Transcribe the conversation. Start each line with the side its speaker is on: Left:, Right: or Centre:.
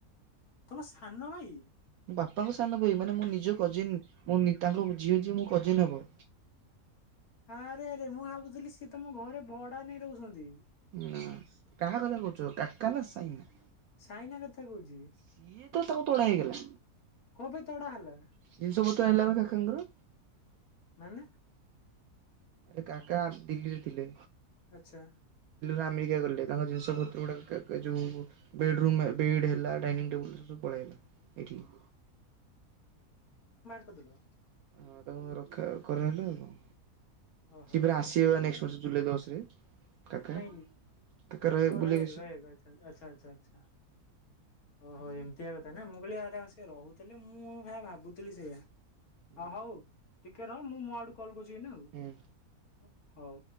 Left: ତମ ସାନ ଭାଇ
Right: ବାପାଙ୍କ ସାନ ଭାଇ ମାନେ ମୋ ନିଜ କଜିିନ। ମୁଁ ମି ତାଙ୍କ ଝିଅ ଯିଏ ମୋ କଜିନ୍ ହେବ।
Left: ଆରେ ଆରେ ମୁଁ ଭାବୁଥିଲି ତମ ଘରେ ଭଡା ନେଇ ରହୁଛନ୍ତି?
Right: ନା କାହା କଥା କହୁଛ କାକା ନା ସାଇନା?
Left: ସାଇନା କଥା କହୁଛି।
Right: ସିଏ ତ ତାକୁ ତଡ଼ା ହେଇଗଲା।
Left: କଣ ପାଇଁ ତଡା ହେଲା
Right: ଜିନିଷ ପତ୍ର ଆଣିଲା ବା କାକାଙ୍କର।
Left: ମାନେ
Right: ଆରେ କାକା ଦିଲ୍ଲୀରେ ଥିଲେ।
Left: ଆଚ୍ଛା
Right: ଆମେରିକା ଗଲେ ତାଙ୍କ ଜିନିଷ ପତ୍ର ଗୁଡାକ ଯୋଉ ବେଡ ରୁମ୍ ବେଡ ହେଲା ଡାଇନିଙ୍ଗ ଟେବୁଲ କୁ ପଳେଇ ଆସିଲା ଏଇଠିକି।
Left: ଏ ଦେଲ।
Right: ହଁ ତାଙ୍କୁ ରଖା କରାଇଲେ ଆଉ କଣ?
Left: ଓହୋ
Right: ସିଏ ଫେର ଆସିବେ ବା ନେକ୍ସଟ୍ ବର୍ଷ। ଜୁଲାଇ ଦଶରେ କାକା
Left: କାଇଁ
Right: କାକା ରହ
Left: ତୋର
Right: ବୁଲିବାକୁ
Left: ହୋଇଗଲା
Right: ଆସିବେ
Left: ହୋଇଗଲା ଆଛା ଆଛା ଆଛା। ଓହୋ ଏମିତିଆ କଥା ନା ମୁଁ କହିଲି ଆରେସେ ରହୁଥିଲେ ମୁଁ କାଇଁ ଭାବୁଥିଲି ସେଇଆ। ଅ
Right: ହଁ
Left: ହଉ। ଟିକେ ରହ ମୁଁ ମୋ ଆଡୁ କଲ ବୁଝିବିନା ଆଉ
Right: ହୁଁ
Left: ହଉ।